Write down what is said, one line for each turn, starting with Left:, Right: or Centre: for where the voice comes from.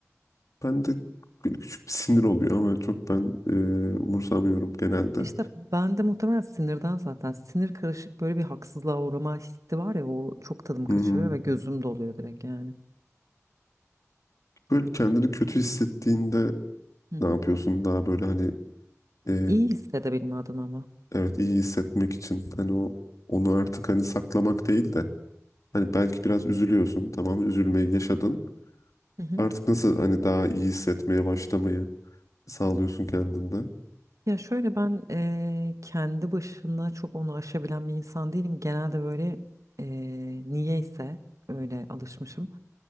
Left: Ben de böyle küçük bir sinir oluyor ama çok ben e, umursamıyorum genelde.
Right: İşte ben de muhtemelen sinirden zaten sinir karışık böyle bir haksızlığa uğrama hissi var ya o çok tadım
Left: Hı
Right: kaçırıyor
Left: hı.
Right: ve gözüm doluyor direkt yani.
Left: Böyle kendini kötü hissettiğinde
Right: Hı hı.
Left: ne yapıyorsun? Daha böyle hani e,
Right: İyi hissedebilme adına ama.
Left: evet iyi hissetmek için hani o onu artık hani saklamak değil de hani belki biraz üzülüyorsun tamam üzülmeyi yaşadın.
Right: Hı hı.
Left: Artık nasıl hani daha iyi hissetmeye başlamayı sağlıyorsun kendinde?
Right: Ya şöyle ben eee, kendi başına çok onu aşabilen bir insan değilim. Genelde böyle eee niyeyse öyle alışmışım.